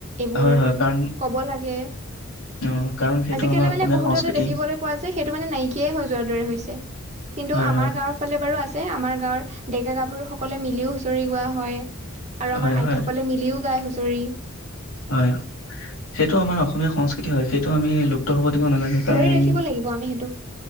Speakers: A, on the right (about 35°); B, on the left (about 80°).
A: এইবোৰ
B: হয় হয় কাৰণ
A: ক'ব লাগে।
B: অ', কাৰণ সেইটো
A: আজি কালি
B: আমাৰ অসমীয়া
A: বহুততে
B: সংস্কৃতি
A: দেখিবলে পোৱা যায়, সেইতো মানে নাইকিয়া হৈ যোৱাৰ দৰে হৈছে। কিন্তু
B: হয়
A: আমাৰ
B: হয়
A: গাঁৱৰ ফালে বাৰু আছে। আছে আমাৰ গাঁৱৰ ডেকা গাভৰুসকলে মিলিও হুঁচৰি গোৱা হয়। আৰু আমাৰ
B: হয়
A: আইতাসকলে
B: হয়
A: মিলিও গায় হুঁচৰি,
B: হয়, সেইটো আমাৰ অসমীয়া সংস্কৃতি হয় সেইটো আমি লুপ্ত হ'ব দিব নালাগে কাৰন
A: ধৰি ৰাখিব লাগিব আমি সেইটো